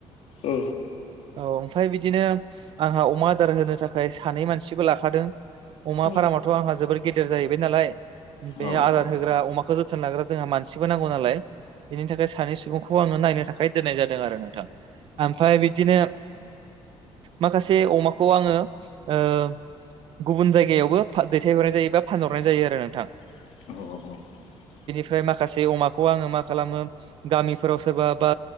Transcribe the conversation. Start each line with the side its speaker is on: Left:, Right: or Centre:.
Left: औ
Right: औ ओमफाय बिदिनो आंहा अमा आदार होनो थाखाय सानै मानसिबो लाखादों अमा
Left: औ
Right: फारामाथ' आंहा जोबोर गेदेर जाहैबाय नालाय बे
Left: औ
Right: आदार होग्रा अमा खो जोथोन लाग्रा जोंहा मानसिबो नांगौ नालाय बिनि थाखाय सानै सुबुंखौ आङो नायनो थाखाय दोननाय जादों आरो नोंथां ओमफ्राय बिदिनो माखासे अमाखौ आङो ओ गुबुन जायगायावबो फा दैथायहरनाय जायो बा फानहरनाय जायो आरो नोंथां
Left: औ औ औ
Right: मफ्राय माखासे अमाखौ आङो मा खालामो गामिफोराव सोरबा बा